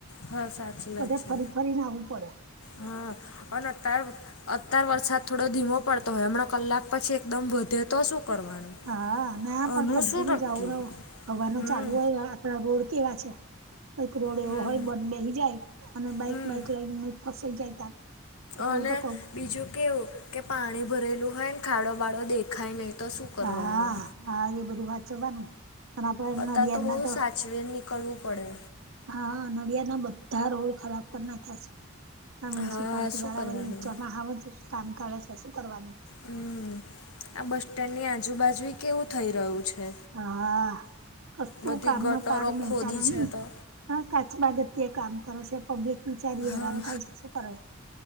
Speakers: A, on the left; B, on the right.
A: હા સાચી
B: બધે
A: વાત છે
B: ફરી ફરીને આવવું પડે.
A: હા અને તાર અત્યાર વરસાદ થોડો ધીમો પડતો હોય, હમણાં કલાક પછી એકદમ વધે તો શું કરવાનું?
B: હા, ના
A: આનું
B: પણ કન્ટિન્યુ
A: શું નક્કી
B: જાવું રહું, હવારનુ
A: હમ
B: ચાલુ હોયને. આપણા રોડ કેવા છે, કઈક રોડ એવો
A: હમ
B: હોય બંધ બેહી જાય અને બાઈક
A: હમ
B: બાઈક લઈને ફસાઈ જાય તાર. એટલે
A: અને
B: હું તો કઉ
A: બીજું કેવું, કે પાણી ભરેલું હોયન ખાડો બાળો દેખાય નહી. તો શું કરવાનું?
B: હા હા એ બધું વાંચવાનું. અને આપડે નડિયાદના
A: અતારતો બહુ
B: તો
A: સાચવીને નીકળવું પડે.
B: હા, નડિયા ના બધા રોડ ખરાબ કર નાખ છે, આ મ્યુનિસિપાલટી
A: હા શું
B: વારા
A: કરવાનું
B: વરી, ચોમા હાવેને તો કામ કાઢે શે, શું કરવાનું?
A: હમ્મ, આ બસ સ્ટેન્ડની આજુબાજુઈ કેવું થઈ રહ્યું છે.
B: હા, કશું
A: બધી
B: કામનો
A: ગટરો
B: પાર મિનતા
A: ખોદી
B: નહી.
A: છે તો
B: હા કાચબા ગતિએ કામ કરે છે, પબ્લિક વિચારી
A: હા
B: હેરાન થાય છે, શું કરે